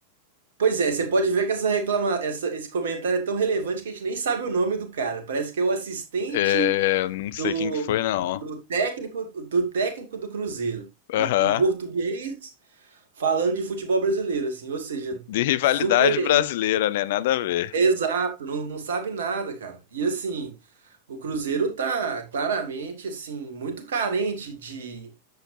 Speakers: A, on the right; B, on the left.
A: Pois é, você pode ver que essa reclama, essa, esse comentário é tão relevante que a gente nem sabe o nome do cara. Parece que é o assistente
B: É, não sei
A: do,
B: quem que foi, não.
A: do técnico do técnico do Cruzeiro, um,
B: Aham.
A: um português falando de futebol brasileiro, assim, ou seja,
B: De rivalidade
A: super
B: brasileira, né? Nada a ver.
A: exato, não, não sabe nada, cara. E assim, o Cruzeiro tá claramente assim muito carente de